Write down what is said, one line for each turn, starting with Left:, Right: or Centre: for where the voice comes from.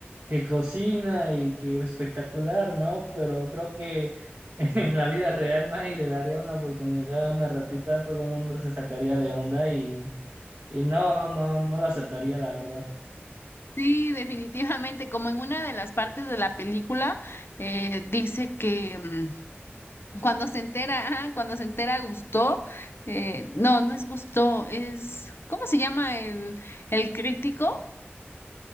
Right: que cocina y que espectacular, ¿no? Pero creo que <laughs> en la vida real nadie le daría una oportunidad a una ratita, todo el mundo se sacaría de onda y, y no, no, no la aceptaría, la verdad.
Left: Sí, definitivamente, como en una de las partes de la película eh, dice que... mm, Cuando se entera, ah, cuando se entera Gusto, no, no es Gusto, es, ¿cómo se llama el, el crítico?